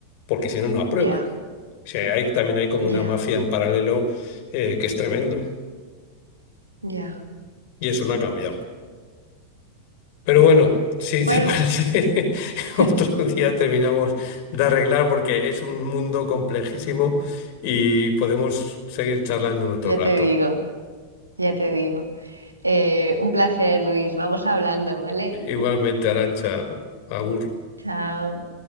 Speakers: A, on the left; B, on the right.
A: porque si no, no aprueban.
B: Ya,
A: O sea, hay, también hay como
B: ya,
A: una mafia en paralelo eh, que es tremendo
B: ya.
A: y eso no ha cambiado. Pero bueno, si
B: Bueno,
A: te <laughs> parece,
B: <laughs>
A: otro día terminamos de arreglar porque es un mundo complejísimo y podemos seguir charlando en otro
B: Ya
A: rato.
B: te digo, ya te digo. Eh, un placer, Luis. Vamos hablando, ¿vale?
A: Igualmente, Arancha, Agur.
B: Chao.